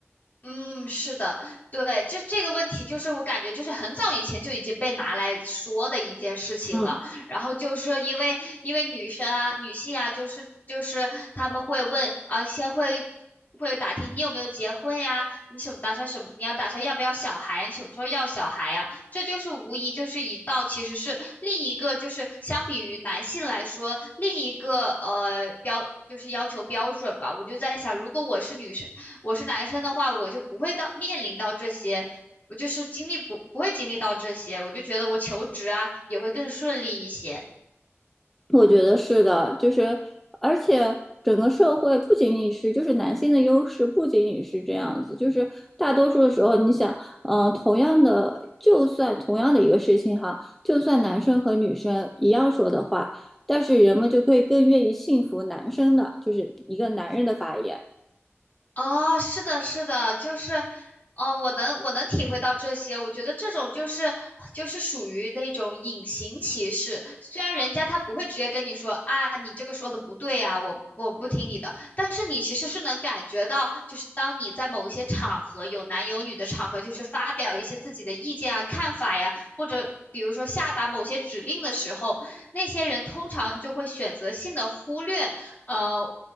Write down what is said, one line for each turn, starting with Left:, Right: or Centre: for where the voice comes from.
Left: 嗯，是的，对，就这个问题，就是我感觉就是很早以前就已经被拿来说的一件事情了。
Centre: 嗯。
Left: 然后就是因为因为女生啊、女性啊，就是就是他们会问啊，先会会打听你有没有结婚呀，你什么打算什么，你要打算要不要小孩，你什么时候要小孩呀？这就是无疑就是一道，其实是另一个就是相比于男性来说，另一个呃标。就是要求标准吧，我就在想，如果我是女生。我是男生的话，我就不会到面临到这些，我就是经历不不会经历到这些，我就觉得我求职啊也会更顺利一些。
Centre: 我觉得是的，就是而且整个社会不仅仅是就是男性的优势，不仅仅是这样子，就是大多数的时候，你想，嗯、呃同样的，就算同样的一个事情哈，就算男生和女生一样说的话，但是人们就会更愿意信服男生的，就是一个男人的发言，
Left: 哦，是的，是的，就是，哦，我能我能体会到这些。我觉得这种就是就是属于那种隐形歧视，虽然人家他不会直接跟你说啊，你这个说的不对呀、我我不听你的，但是你其实是能感觉到，就是当你在某一些场合有男有女的场合，就是发表一些自己的意见啊、看法呀，或者。比如说下达某些指令的时候，那些人通常就会选择性的忽略，呃，